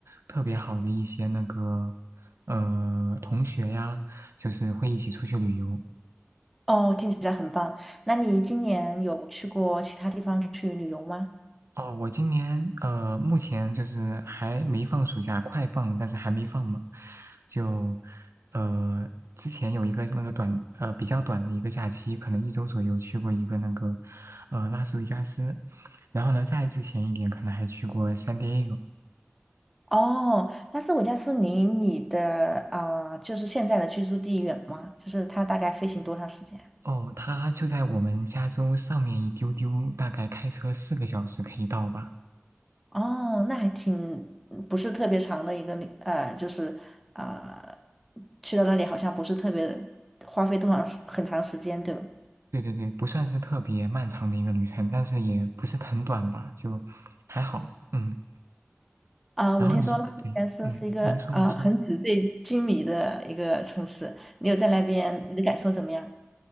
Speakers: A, on the right (about 80°); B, in the centre.
A: 特别好的一些那个呃同学呀，就是会一起出去旅游。
B: 哦，听起来很棒。那你今年有去过其他地方去旅游吗？
A: 哦，我今年呃，目前就是还没放暑假，快放，但是还没放嘛。就呃，之前有一个那个短呃比较短的一个假期，可能一周左右去过一个那个呃拉斯维加斯，然后呢，再之前一点可能还去过 San Diego。
B: 哦，拉斯维加斯离你的啊、就是现在的居住地远吗？就是它大概飞行多长时间？
A: 哦，它就在我们加州上面一丢丢，大概开车四个小时可以到吧。
B: 哦，那还挺嗯不是特别长的一个旅，呃，就是呃，去到那里好像不是特别花费多长时很长时间，对吧？
A: 对对对，不算是特别漫长的一个旅程，但是也不是很短吧，就还好。嗯。
B: 啊，我听说拉斯维加斯是一个啊很纸醉金迷的一个城市，
A: 然后你对，嗯，您说您说，
B: 你有在那边，你的感受怎么样？